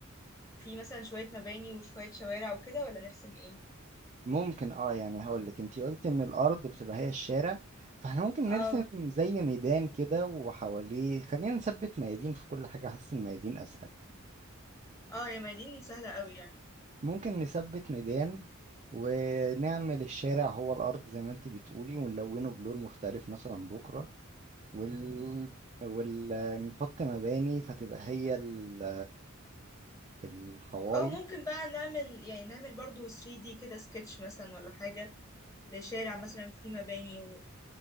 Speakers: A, on the left; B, on the right.
A: في مثلا شوية مباني وشوية شوارع وكده ولا نرسم ايه
B: ممكن اه يعني هقول لك انتي قلت ان الارض بتبقى هي الشارع فاحنا ممكن
A: اه
B: نرسم زي ميدان كده وحواليه خلينا نثبت ميادين في كل حاجة حاسس الميادين اسهل
A: اه يا ميادين سهلة قوي يعني
B: فممكن نثبت ميدان ونعمل الشارع هو الارض زي ما انتي بتقولي ونلونه بلون مختلف مثلا بكرة وال ونحط مباني فتبقى هي ال- الحوايط
A: اه ممكن بقى نعمل يعني نعمل برضو 3D كده سكتش مثلا ولا حاجة لشارع مثلا فيه مباني و...